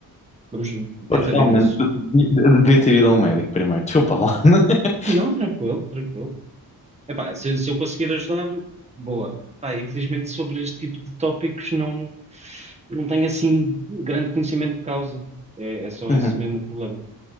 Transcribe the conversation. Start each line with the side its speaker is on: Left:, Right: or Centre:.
Right: Vamos,
Left: Pois
Right: tenta
Left: realmente,
Right: ver isso.
Left: de- de- de- devia ter ido a um médico primeiro. Desculpa lá. <laughs>
Right: Não, tranquilo, tranquilo. Epá, se, se eu conseguir ajudar, boa. Pá, infelizmente sobre este tipo de tópicos não, não tenho assim grande conhecimento de causa. É, é só
Left: Uhum,
Right: esse mesmo o problema.